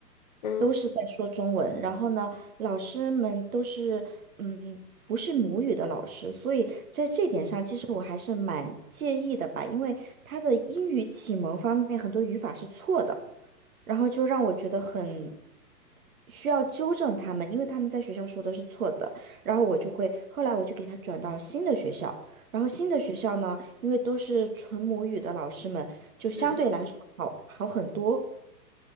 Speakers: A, on the left; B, on the right.
A: 嗯。
B: 都是在说中文，
A: 嗯
B: 然后呢，老师们都是嗯，不是母语的老师，所以在这点上，其实我还是蛮介意的吧，因为他的英语启蒙方面很多语法是错的，然后就让我觉得很。需要纠正他们，因为他们在学校说的是错的。然后我就会，后来我就给他转到新的学校。然后新的学校呢，因为都是纯母语的老师们，就相对来说好好很多。
A: 嗯